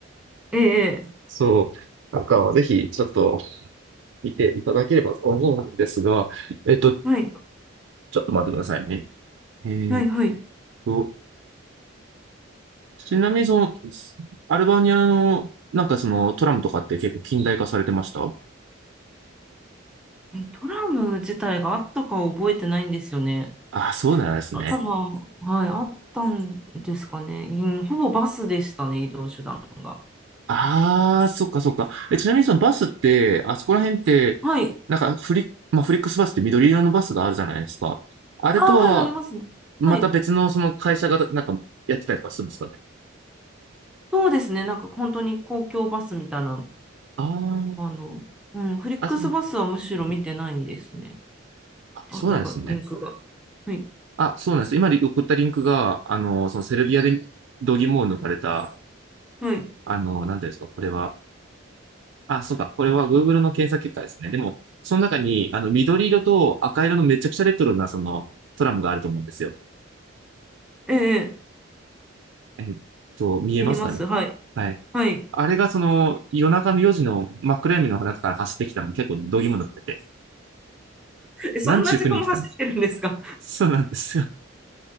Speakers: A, in the centre; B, on the right.
A: ええ、
B: そう、なんか、ぜひ、ちょっと、見ていただければと思うんですが、えっと、ちょ
A: はい、
B: っと待ってくださいね。えーっ
A: はい、はい。
B: と、ちなみにその、アルバニアの、なんかその、トラムとかって結構近代化されてました
A: え、トラム自体があったか覚えてないんですよね。
B: ああ、そうなんですね。
A: あ、多分、はい、あったんですかね。うんほぼバスでしたね、移動手段が。
B: ああ、そっかそっか。え、ちなみにそのバスって、あそこら辺って、
A: はい。
B: なんかフリ、まあ、フリックスバスって緑色のバスがあるじゃないですか。あれとは、
A: あ、はい、ありますね。
B: また別のその会社がなんかやってたりとかするんですかね。
A: はい。そうですね、なんか本当に公共バスみたいな、
B: あー
A: あの、うん、フリックスバスはむしろ見てないですね。
B: あ、そう、あ、
A: あ、
B: そうなんですね。
A: なんかリンクが。はい。
B: あ、そうなんです。今送ったリンクが、あの、そのセルビアで度肝を抜かれた、
A: はい。
B: あの、なんていうんですか、これは。あ、そうか。これは Google の検索結果ですね。でも、その中に、あの、緑色と赤色のめちゃくちゃレトロな、その、トラムがあると思うんですよ。
A: ええ、
B: えっと、見えますかね。
A: ええ見えます。はい。
B: はい。
A: はい。
B: あれがその、夜中の4時の真っ暗闇の中から走ってきたの結構度肝抜かれて、
A: え、そんな時間も走ってるんですか
B: なんちゅう国に来たの。そうなんですよ。